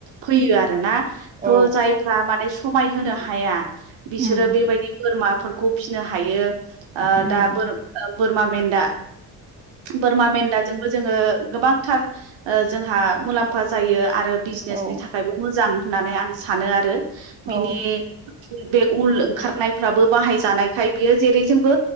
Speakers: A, on the right (about 60°); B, on the right (about 15°).
A: फैयो आरोना
B: औ
A: थ जायफ्रा माने समाय होनो हाया बिसोरो
B: उम
A: बेबायदि बोरमाफोरखौ फिसिनो हायो ओ
B: उम
A: दा बोरमा मेन्दा बोरमा मेन्दाजोंबो जोङो गोबांथार ओ जोंहा मुलाम्फा जायो आरो बिजनेसनि
B: औ
A: थाखायबो मोजां होननानै आं सानो आरो
B: औ
A: बिनि बे उल ओंखारनायफ्राबो बाहायजानायखाय बियो जेरैजोंबो